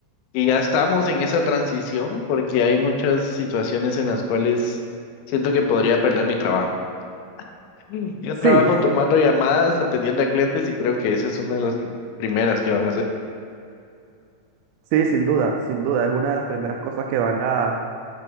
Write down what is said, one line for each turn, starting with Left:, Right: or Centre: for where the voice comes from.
Left: que ya estamos en esa transición porque hay muchas situaciones en las cuales siento que podría perder mi trabajo. Mm. Yo
Right: Sí,
Left: trabajo tomando llamadas, atendiendo a clientes y creo que esa es una de las pri- primeras que van a hacer.
Right: sí, sin duda, sin duda, es una de las primeras cosas que van a